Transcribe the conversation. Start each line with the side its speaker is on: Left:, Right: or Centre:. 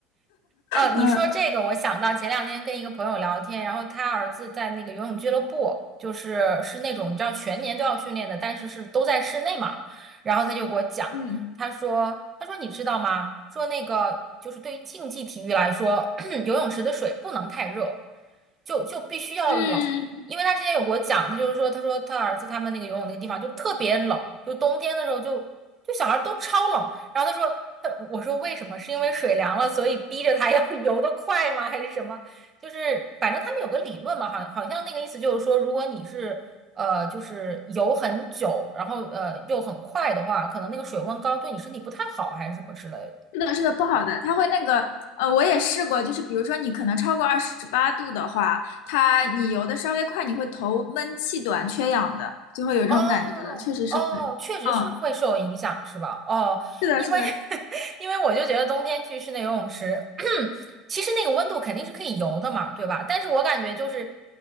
Right: 呃，你说这个，
Left: 嗯
Right: 我想到前两天跟一个朋友聊天，然后他儿子在那个游泳俱乐部，就是是那种你知道全年都要训练的，但是是都在室内嘛。然后他就给我讲，
Left: 嗯
Right: 他说，他说你知道吗？说那个就是对于竞技体育来说，<clears throat> 游泳池的水不能太热，就就必须要冷。
Left: 嗯，
Right: 因为他之前有给我讲，他就是说，他说他儿子他们那个游泳那个地方就特别冷，就冬天的时候就就小孩都超冷然后他说，他我说为什么？是因为水凉了，所以逼着他要 <laughs> 游得快吗？还是什么？就是反正他们有个理论嘛，好好像那个意思就是说，如果你是呃就是游很久，然后呃又很快的话，可能那个水温高对你身体不太好，还是什么之类的。
Left: 是的，是的，不好的，它会那个，呃，我也试过，就是比如说你可能超过二十八度的话，它你游的稍微快，你会头闷气短、缺氧的，就会有这种感觉的，
Right: 哦哦，
Left: 确实是会。
Right: 确实是会受影响，
Left: 嗯，
Right: 是吧？哦，
Left: 是的，
Right: 因为
Left: 是的，
Right: <laughs> 因为我就觉得冬天去室内游泳池，<clears throat> 其实那个温度肯定是可以游的嘛，对吧？但是我感觉就是，